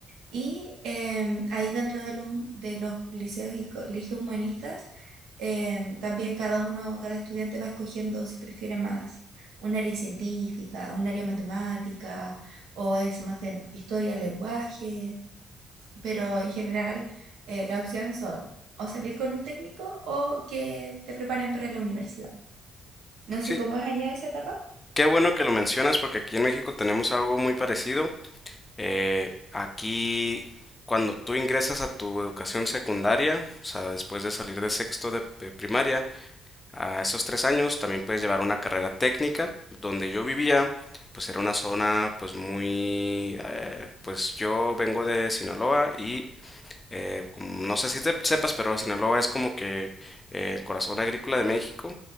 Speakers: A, on the right (about 80°); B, on the left (about 20°).
A: Y em, ahí dentro de los, de los liceos y colegios humanistas, em, también cada uno, cada estudiante va escogiendo si prefiere más un área científica, un área matemática, o es más de historia, lenguaje. Pero en general, eh, la opción son o salir con un técnico o que te preparen para la universidad. No
B: Sí.
A: sé cómo es allá esa etapa.
B: Qué bueno que lo mencionas porque aquí en México tenemos algo muy parecido. Eh, aquí cuando tú ingresas a tu educación secundaria, o sea, después de salir de sexto de de primaria, A esos tres años también puedes llevar una carrera técnica. Donde yo vivía, pues era una zona pues muy... eh, pues yo vengo de Sinaloa y eh, como- no sé si te sepas, pero Sinaloa es como que eh, el corazón agrícola de México.